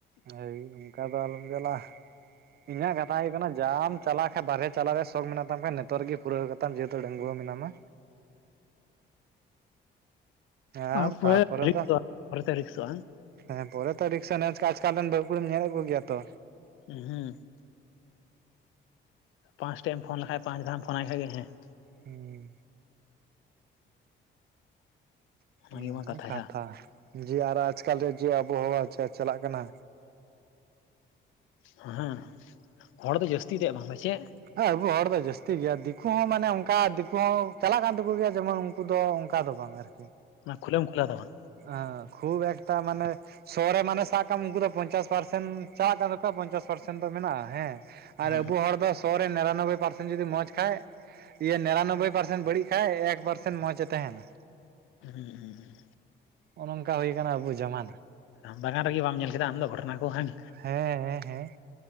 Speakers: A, on the right; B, on the left.
A: ᱦᱮᱭ ᱚᱱᱠᱟ ᱫᱚ ᱟᱞᱚᱢ ᱪᱟᱞᱟᱜᱟ᱾ ᱤᱧᱟᱹᱜ ᱠᱟᱛᱷᱟ ᱦᱩᱭᱩᱜ ᱠᱟᱱᱟ ᱡᱟᱢ ᱪᱟᱞᱟᱜ ᱠᱷᱟᱱ ᱵᱟᱨᱦᱮ ᱪᱟᱞᱟᱣ ᱨᱮᱭᱟᱜ ᱥᱚᱠ ᱢᱮᱱᱟᱜ ᱛᱟᱢ ᱠᱷᱟᱱ ᱱᱤᱛᱚᱜ ᱨᱮᱜᱮ ᱯᱩᱨᱟᱹᱣ ᱠᱟ ᱡᱮᱦᱮᱸᱛᱩ ᱰᱺᱜᱣᱟᱹ ᱢᱮᱱᱟᱢᱟ᱾
B: <unintelligible>
A: ᱟᱨ ᱛᱟᱯᱚᱨᱮ ᱫᱚ ᱦᱮᱸ ᱯᱚᱨᱮ ᱛᱮ ᱨᱤᱠᱥᱟ ᱱᱮᱡ ᱟᱡ ᱠᱟᱢ ᱨᱮᱱ ᱵᱟᱹᱦᱩ ᱠᱩᱲᱤᱢ ᱧᱮᱞᱮᱫ ᱠᱚᱜᱣᱟ ᱛᱚ?
B: ᱦᱩᱸ᱾ ᱯᱟᱸᱥ ᱴᱟᱭᱤᱢ ᱯᱷᱚᱱ ᱞᱮᱠᱷᱟᱱ ᱯᱟᱸᱪ ᱫᱷᱟᱣ ᱮᱢ ᱯᱷᱚᱱᱟᱭ ᱠᱷᱟᱡ ᱜᱮ ᱦᱮᱸ᱾
A: ᱦᱩᱸ᱾
B: ᱚᱱᱟᱜᱮ
A: ᱚᱱᱟ
B: ᱢᱟ
A: ᱠᱟᱱᱟ
B: ᱠᱟᱛᱷᱟᱭᱟ
A: ᱠᱟᱛᱷᱟ ᱡᱮ ᱟᱨ ᱟᱡ ᱠᱟᱞ ᱨᱮᱭᱟᱜ ᱡᱮ ᱟᱵᱚ ᱟᱪᱷᱟ ᱪᱟᱞᱟᱜ ᱠᱟᱱᱟ᱾
B: <unintelligible>
A: ᱦᱮᱸ ᱟᱵᱚ ᱦᱚᱲ ᱫᱚ ᱡᱟᱹᱥᱛᱤ ᱜᱮᱭᱟ ᱫᱤᱠᱩ ᱦᱚᱸ ᱢᱟᱱᱮ ᱚᱱᱠᱟ ᱫᱤᱠᱩ ᱦᱚᱸ ᱪᱟᱞᱟᱜ ᱠᱟᱱ ᱛᱟᱠᱚ ᱜᱮᱭᱟ ᱡᱮᱢᱚᱱ ᱩᱱᱠᱩ ᱫᱚ ᱚᱱᱠᱟ ᱫᱚ ᱵᱟᱝᱟ᱾ ᱟᱨᱠᱤ
B: ᱚᱱᱟ ᱠᱷᱩᱞᱟᱹᱢ ᱠᱷᱩᱞᱟ ᱛᱟᱵᱚᱱ᱾
A: ᱟ ᱠᱷᱩᱵ ᱮᱠᱴᱟ ᱢᱟᱱᱮ ᱥᱚᱦᱚᱨ ᱨᱮ ᱢᱟᱱᱮ ᱥᱟᱵ ᱠᱟᱢ ᱩᱱᱠᱩ ᱫᱚ ᱯᱚᱧᱪᱟᱥ ᱯᱟᱨᱥᱮᱱ ᱪᱟᱞᱟᱜ ᱠᱟᱱ ᱛᱟᱠᱚᱣᱟ ᱯᱚᱧᱪᱟᱥ ᱯᱟᱨᱥᱮᱱ ᱥᱮᱱ ᱫᱚ ᱢᱮᱱᱟᱜᱼᱟ ᱦᱮᱸ ᱟᱨ
B: ᱦᱮᱸ
A: ᱟᱵᱩ ᱦᱚᱲ ᱫᱚ ᱥᱚ ᱨᱮ ᱱᱮᱨᱟᱱᱚᱵᱵᱮᱭ ᱯᱟᱨᱥᱮᱱ ᱡᱩᱫᱤ ᱢᱚᱸᱡᱽ ᱠᱷᱟᱡ ᱤᱭᱟᱹ ᱱᱮᱨᱟᱱᱚᱵᱵᱮ ᱯᱟᱨᱥᱮᱱ ᱵᱟᱹᱲᱤᱡ ᱠᱷᱟᱡ ᱮᱠ ᱯᱟᱨᱥᱮᱱ ᱢᱚᱸᱡ ᱮ ᱛᱮᱦᱮᱱᱟ᱾
B: ᱦᱩᱸ ᱦᱩᱸ ᱦᱩᱸ᱾
A: ᱚᱱ ᱚᱝᱠᱟ ᱦᱩᱭ ᱟᱠᱟᱱᱟ ᱟᱵᱚ ᱡᱟᱢᱟᱱᱟ᱾
B: ᱵᱟᱜᱟᱱ ᱨᱮᱜᱮ ᱵᱟᱢ ᱧᱮᱞ ᱠᱮᱫᱟ ᱟᱢ ᱫᱚ ᱜᱷᱚᱴᱚᱱᱟ ᱠᱚ ᱦᱟᱝ?
A: ᱦᱮᱸ ᱦᱮᱸ ᱦᱮᱸ